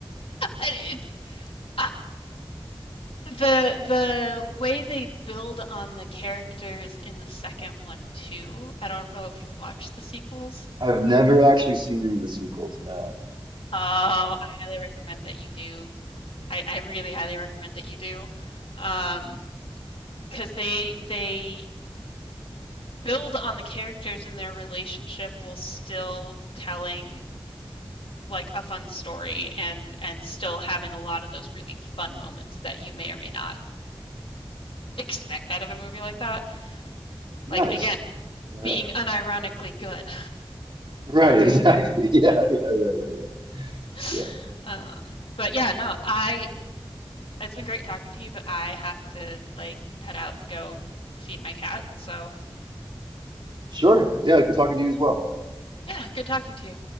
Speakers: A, on the left; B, on the right.
A: And it's uh, the the way they build on the characters in the second one too. I don't know if you've watched the sequels.
B: I've never actually seen any of the sequels. No.
A: Oh, I highly recommend that you do. I, I really highly recommend that you do. Um, because they they build on the characters and their relationship while still telling like a fun story and and still having a lot of those really fun moments that you may or may not expect out of a movie like that
B: Nice.
A: like again
B: Well,
A: being unironically good
B: Right, <laughs> exactly. Yeah, yeah, yeah, yeah, yeah.
A: <laughs>
B: Yeah.
A: um but yeah no i it's been great talking to you but i have to like head out and go feed my cat so
B: Sure. Yeah, good talking to you as well.
A: yeah good talking to you